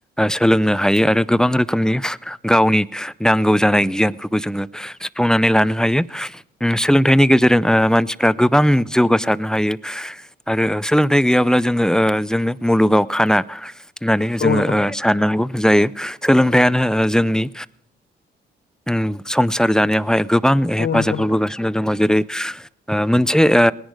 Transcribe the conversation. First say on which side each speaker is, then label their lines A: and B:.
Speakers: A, in the centre; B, on the left.
A: सोलोंनो हायो आरो गोबां रोख रोखोमनि गावनि नांगौ जानाय गियानफोरखौ जोङो सुफुंनानै लानो हायो उम सोलोंथाइनि गेजेरजों ओ मानसिफ्रा गोबां जौगासारनो हायो आरो सोलोंथाइ गैयाब्ला ओ जोङो जोंनो मुलुगाव खाना। होननानै
B: औ
A: जोङो
B: नंगौ नोंथां
A: ओ साननांगौ जायो। सोलोंथायानो ओ जोंनि उम संसार जानायावहाय गोब गोबां हेफाजाब
B: औ नंगौ नोंथां
A: होबोगासिनो दङ जेरै ओ मोनसे ओ